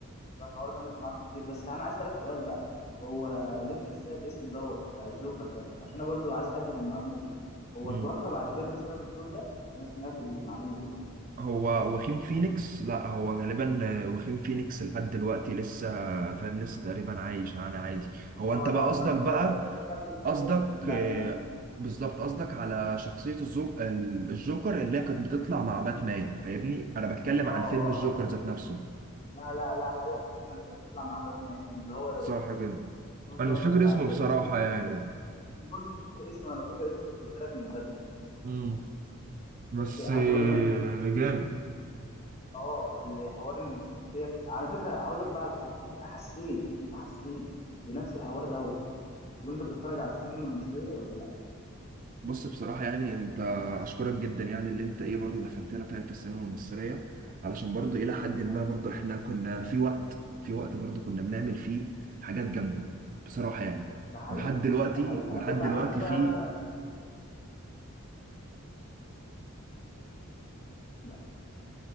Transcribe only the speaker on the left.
الحوار ده انا سمعته كتير بس انا عايز اسالك سؤال بقى هو اللي انت لسه قايل اسمه دوت بتاع الجوكر ده عشان انا برضو عايز اتاكد من المعلومه دي هو
توفى بعد كده بسبب الدور ده انا سمعت المعلومه دي
اه
لا
يبقى مش
ده بقى ده كان بيعمل الثاني
اللي
قبليه
اه
اه ايوه
لا لا لا انا ايوه بتكلم اللي كانت بتطلع مع باتمان اللي هو
هو توفى
بعديها
ده كان نفس
القصة. انا برضو مش فاكر اسمه انا لو فاكر اسمه كنت قلت لك من بدري
بس عايز
اقول لك
اه اللي حوار ان الشخصيه بت... على فكره هقول لك بقى على حاجه انت حسيت انت حسيت بنفس الحوار دوت وانت بتتفرج على السينما المصريه ولا لا
حبيبي
ده حقيقي
ده حقيقي
انا كنت
عشان كده
عايز اسالك لا